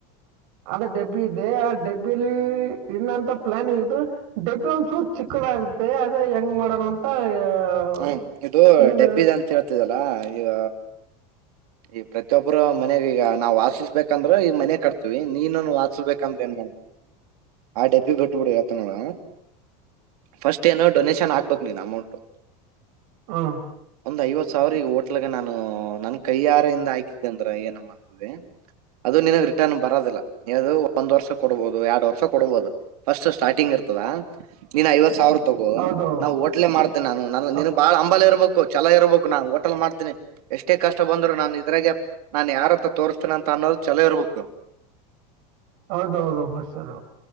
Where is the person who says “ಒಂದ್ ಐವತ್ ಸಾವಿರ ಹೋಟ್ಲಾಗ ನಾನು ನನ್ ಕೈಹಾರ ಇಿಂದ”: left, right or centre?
Right